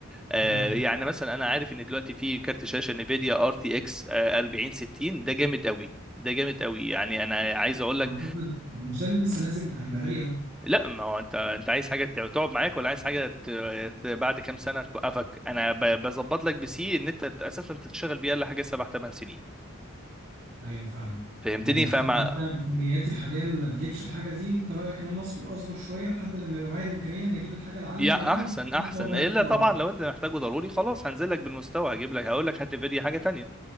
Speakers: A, in the centre; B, on the right (about 50°).
A: آه،
B: تمام
A: يعني مثلا انا عارف ان دلوقتي في كارت شاشه انفيديا ار تي اكس 4060 ده جامد قوي ده جامد قوي يعني انا عايز اقول لك
B: اعتقد مش ده اللي لسه نازل ده هيبقى غالي قوي
A: لا ما هو انت انت عايز حاجه تقعد معاك ولا عايز حاجه ت... ت- بعد كام سنه توقفك انا ب... بظبط لك بسي ان انت اساسا تشتغل بيها لحاجه سبع ثمان سنين
B: ايوه فاهمه
A: فهمتني
B: يعني حتى
A: فمع
B: لو انا امكانياتي حاليا ما تجيبش الحاجه دي انت رايك ان انا اصبر اصبر شويه لحد لما يبقى معايا الامكانيه ان اجيب الحاجه العاليه
A: يا
B: على طول
A: احسن احسن
B: تقعد معايا
A: الا
B: فتره
A: طبعا
B: اطول
A: لو انت محتاجه ضروري خلاص هنزل لك بالمستوى هجيب لك هقول لك هات نفيديا حاجه تانية